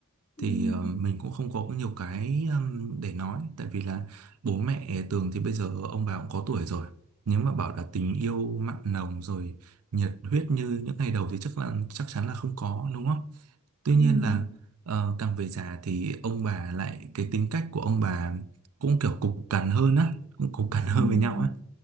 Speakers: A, on the left (about 30°); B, on the right (about 80°).
A: Ừm,
B: Thì ờ, mình cũng không có nhiều cái ừm, để nói. Tại vì là bố mẹ Tường thì bây giờ ông bà cũng có tuổi rồi. Nếu mà bảo là tình yêu mặn nồng rồi nhiệt huyết như những ngày đầu thì chắc là chắc chắn là không có đúng không? Tuy
A: ừm,
B: nhiên là ờ, càng về già thì ông bà lại cái tính cách của ông bà cũng kiểu cục cằn hơn á, cũng cục cằn hơn
A: ừm,
B: với nhau á.